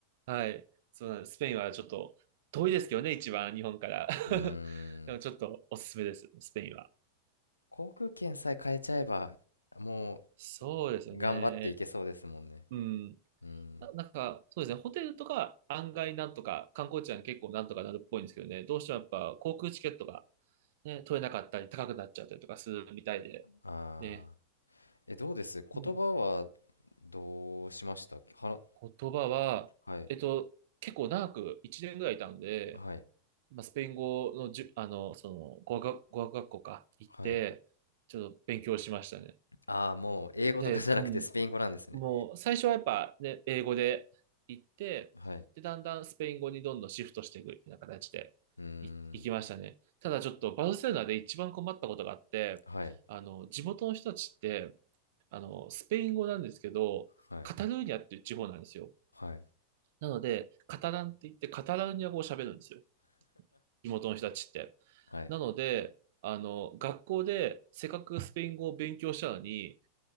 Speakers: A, on the right; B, on the left.
A: はい。そうなんです。スペインはちょっと遠いですけどね、一番日本から。
B: うー
A: <laughs> でもちょっとおすすめです、
B: ん。
A: スペインは。
B: 航空券さえ変えちゃえば、も
A: そうですよね。
B: う頑張っていけそうですもんね。
A: うん。
B: うん。
A: な、なんか、そうですね。ホテルとか案外なんとか、観光地は結構なんとかなるっぽいんですけどね。どうしてもやっぱ航空チケットがね、取れなかったり高くなっちゃったりとかするみたいで。
B: ああ。
A: ね。
B: え、どうです言葉は
A: うん。
B: どうしましたはな、
A: 言葉は、
B: はい。
A: えっと、結構長く1年ぐらいいたんで、
B: はい。
A: まあ、スペイン語のじゅ、あの、その、語学、語学学校か、行って、
B: はい。
A: ちょっと勉強しましたね。
B: ああ、もう英語とかじゃなくてスペイン語なんですね。
A: で、うん、もう、最初はやっぱね、英語で行って、
B: はい。
A: で、だんだんスペイン語にどんどんシフトしていくような形でい行きましたね。
B: うーん。
A: ただちょっと、バルセロナで一番困ったことがあって、
B: はい。
A: あの、地元の人たちって、あの、スペイン語なんですけど、
B: はい。
A: カタルーニャっていう地方なんですよ。
B: はい。
A: なので、カタランって言って、カタルーニャ語を喋るんですよ。地元の人たちって。
B: はい。
A: なので、あの、学校でせっかくスペイン語を勉強したのに、